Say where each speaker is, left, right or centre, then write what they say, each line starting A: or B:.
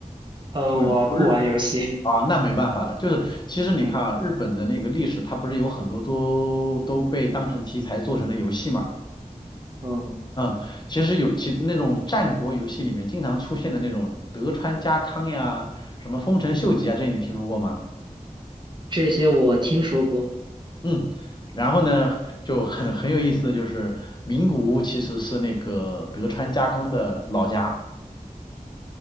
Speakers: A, on the right; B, on the left.
A: 呃，
B: 就就日
A: 我不玩游戏，
B: 啊、哦那没办法了，就是其实你看啊，
A: <laughs> 嗯
B: 日本的那个历史，它不是有很多都都被当成题材做成了游戏嘛？
A: 嗯，
B: 嗯，其实有其那种战国游戏里面经常出现的那种德川家康呀，什么丰臣秀吉啊，这些你听说过吗？
A: 这些我听说过。
B: 嗯，然后呢，就很很有意思的就是名古屋其实是那个德川家康的老家。